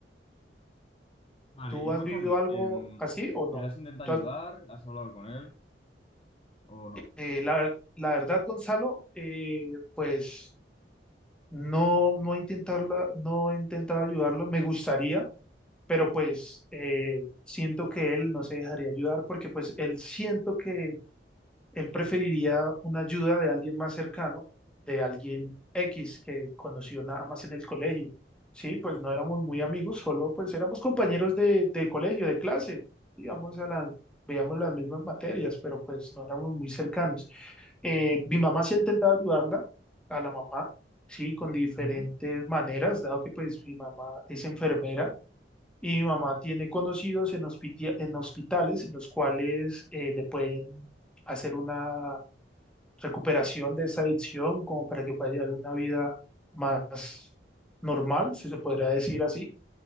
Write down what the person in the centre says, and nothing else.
¿Tú
has vivido algo
así o no?
¿Tú
has-
eh, la, la verdad, Gonzalo, eh, pues... No, no intentarla, no he intentado ayudarlo, me gustaría, pero pues eh, siento que él no se dejaría ayudar porque pues él siento que él preferiría una ayuda de alguien más cercano, de alguien X que conoció nada más en el colegio. Sí, pues no éramos muy amigos, solo pues éramos compañeros de, de colegio, de clase, digamos, a la- veíamos las mismas materias, pero pues no éramos muy cercanos. Eh, mi mamá sí ha intentado ayudarla, a la mamá, sí, con diferentes
maneras, dado que pues mi mamá es enfermera y mi mamá tiene conocidos en, hospiti- en hospitales en los cuales eh, le pueden hacer una recuperación de esa adicción como para que pueda llevar una vida más normal, si se podrá decir así.